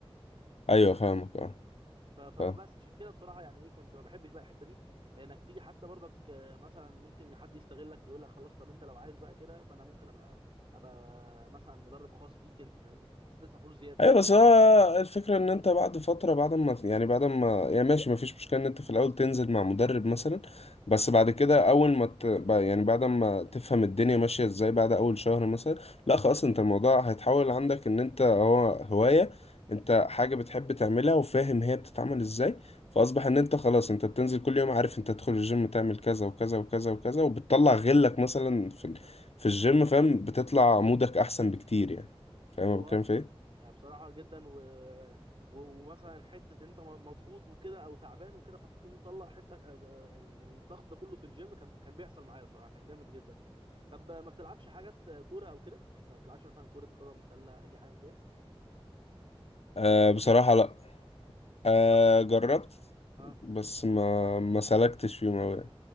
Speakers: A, on the left (about 85°); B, on the right (about 60°).
A: ايوه
B: فاهمني
A: فاهمك اه
B: ف- فبس
A: فاهم.
B: عشان كده بصراحه يعني ايه كنت ما بحبش بقى الحته دي لانك تيجي حتى برضك آه، مثلا ممكن حد يستغلك يقول لك خلاص طب انت لو عايز بقى كده فانا ممكن ابقى ابقى مثلا مدرب خاص بيك انت فاهمني بس تدفع فلوس زياده
A: ايوه بس هو الفكره ان انت بعد فتره بعد ما يعني بعد ما يعني ماشي ما فيش مشكله ان انت في الاول تنزل مع مدرب مثلا بس بعد كده اول ما ت... ب- يعني بعد ما تفهم الدنيا ماشيه ازاي بعد اول شهر مثلا لا خلاص انت الموضوع هيتحول عندك ان انت هو هوايه انت حاجه بتحب تعملها وفاهم هي بتتعمل ازاي فاصبح
B: بالظبط
A: ان انت خلاص انت بتنزل كل يوم عارف انت تدخل الجيم تعمل كذا وكذا وكذا وكذا وبتطلع غلك مثلا في ال... في الجيم فاهم بتطلع مودك احسن بكتير يعني فاهم
B: هو
A: أنا بتكلم
B: اه بصراحه
A: في ايه
B: يعني بصراحه جدا و... و- ومثلا حته انت م- مضغوط وكده او تعبان وكده فتقوم مطلع حته آه، آه، ال- الضغط ده كله في الجيم كان كان بيحصل معايا بصراحه كان جامد جدا يعني طب آه، ما بتلعبش حاجات آه، كوره او كده يعني انت ما بتلعبش مثلا كره قدم سله اي حاجه من دي
A: أه
B: او جربت
A: بصراحة لا
B: مم.
A: أه
B: اصلا
A: جربت
B: اه
A: بس ما ما سلكتش فيهم أوي يعني.